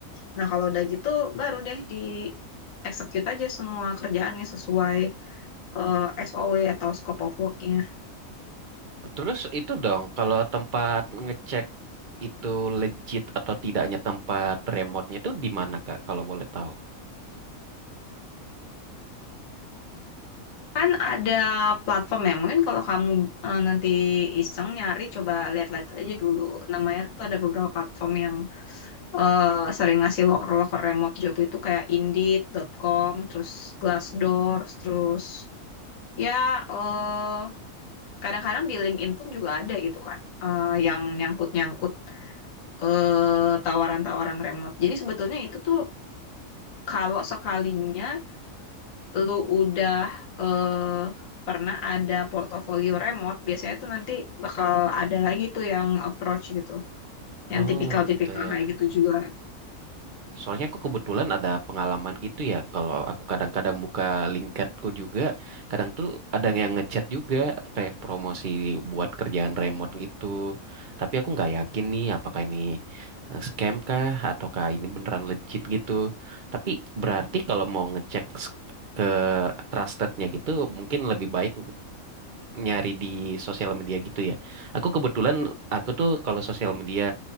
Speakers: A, on the left; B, on the right.
A: Nah, kalau udah gitu baru deh di execute aja semua kerjaannya sesuai eh, SOW atau scope of work-nya.
B: Terus itu dong, kalau tempat ngecek itu legit atau tidaknya tempat remote-nya itu di mana Kak, kalau boleh tahu?
A: Kan ada platform ya, mungkin kalau kamu eh, nanti iseng nyari, coba lihat-lihat aja dulu. Namanya tuh ada beberapa platform yang eh, sering ngasih loker-loker remote job itu kayak Indeed.com, terus Glassdoor, terus ya eh kadang-kadang di LinkedIn pun juga ada gitu kan, eh, yang nyangkut-nyangkut eh, tawaran-tawaran remote. Jadi sebetulnya itu tuh kalau sekalinya lu udah eh, pernah ada portofolio remote, biasanya tuh nanti bakal ada lagi tuh yang approach gitu. Yang
B: Oh
A: tipikal-tipikal
B: gitu ya.
A: kayak gitu juga.
B: Soalnya aku kebetulan ada pengalaman gitu ya, kalau aku kadang-kadang buka LinkedInku juga, kadang tuh ada yang ngechat juga kayak promosi buat kerjaan remote gitu. Tapi aku nggak yakin nih apakah ini eh, scam kah ataukah ini beneran legit gitu. Tapi berarti kalau mau ngecek s- ke trustednya gitu, mungkin lebih baik nyari di sosial media gitu ya. Aku kebetulan aku tuh kalau sosial media